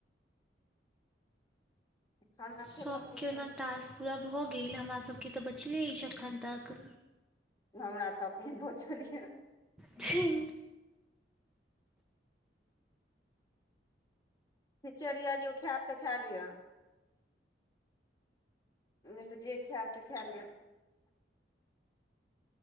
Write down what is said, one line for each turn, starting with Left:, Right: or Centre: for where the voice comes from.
Left: खाना
Centre: सब
Left: खेलहुँ कि
Centre: के
Left: नहि
Centre: ओना टास्क पूरा भऽ गेल हमरा सबके तऽ बचले अइछ अखन तक।
Left: हमरा तऽ अपने बचल या।
Centre: छैय।
Left: खिचड़िया यौ खेएब तऽ खा लिअ। नै तऽ जे खेएब से खेएय नै।